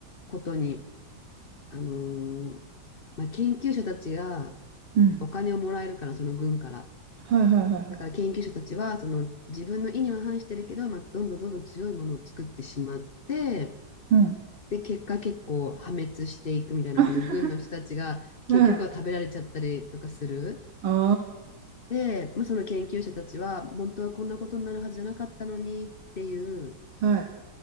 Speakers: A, on the left; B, on the right.
A: ことに、あのーまあ、研究者たちが
B: い。うん。
A: お金をもらえるから、その軍から。
B: はいはいはいはい。
A: だから研究者たちはその自分の意には反してるけど、まあ、どんどんどんどん強いものを作ってしまって、
B: うん。
A: で、結果結構破滅していくみたいな、
B: <laughs>
A: その軍の人たちが結局は食べられちゃったりとかする。
B: はい。あ
A: で、まあ、その研究者たちは、本当はこんなことになるはずじゃなかったのにっていう
B: あ、はい。